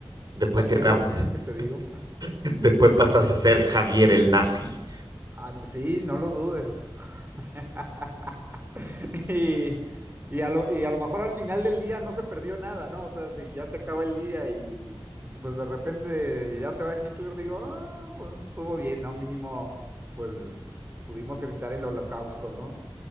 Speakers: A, on the right; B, on the right.
A: Después
B: cualquiera
A: te tran-
B: de los tres que te digo.
A: <laughs> después pasas
B: <laughs>
A: a ser Javier el nazi.
B: Ah, sí, no lo dudes. <laughs> Y, y a lo, y a lo mejor al final del día no se perdió nada, ¿no? O sea, si ya se acaba el día y, y pues de repente ya se va Hitler, digo, ah, pues estuvo bien, ¿no? Mínimo, pues pudimos evitar el holocausto, ¿no?